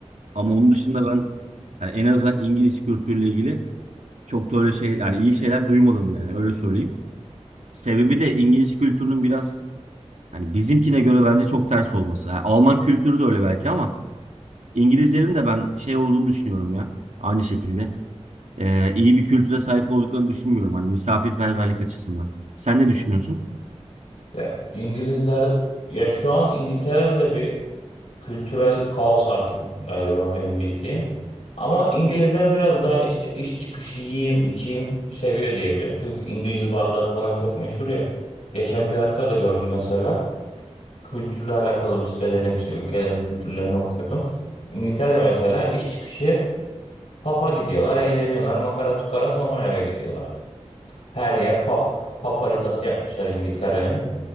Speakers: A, on the right (about 90°); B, on the left (about 85°).
A: Ama onun dışında ben yani en azından İngiliz kültürüyle ilgili çok da öyle şey yani iyi şeyler duymadım yani öyle söyleyeyim. Sebebi de İngiliz kültürünün biraz hani bizimkine göre bence çok ters olması. Yani Alman kültürü de öyle belki ama İngilizlerin de ben şey olduğunu düşünüyorum ya. Aynı şekilde Ee, iyi bir kültüre sahip olduklarını düşünmüyorum hani misafirperverlik açısından. Sen ne düşünüyorsun?
B: Ya İngilizler ya şu an İngiltere'de de bir kültürel kaos hakim galiba benim bildiğim. Ama İngilizler biraz daha işte iş çıkışı yiyeyim içeyim seviyor diye biliyorum. Çünkü İngiliz barları falan çok meşhur ya. Geçen bir haritada gördüm mesela. Kültürle alakalı bir site dedim işte ülkelerin kültürlerini okuyordum. İngiltere'de mesela iş çıkışı pub'a gidiyorlar, eğleniyorlar, makara tukara sonra eve gidiyorlar. Her yer pub. Pub haritası yapmışlar İngiltere'nin.